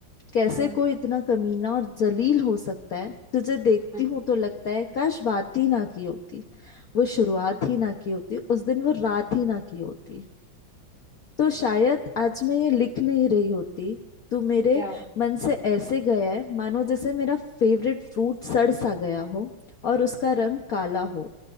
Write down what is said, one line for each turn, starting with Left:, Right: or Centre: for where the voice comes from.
Left: कैसे
Centre: हुँ,
Left: कोई इतना कमीना और जलील हो सकता है तुझे देखती
Centre: हुँ,
Left: हूं तो लगता है काश बात ही ना की होती वो शुरुआत
Centre: हुँ,
Left: ही ना की होती उस दिन वो रात ही ना की होती तो शायद आज मैं ये लिख नहीं रही होती तो मेरे
Centre: क्या
Left: मन से ऐसे गया है मानो जैसे मेरा फेवरेट फ्रूट सड़ सा गया हो और उसका रंग काला हो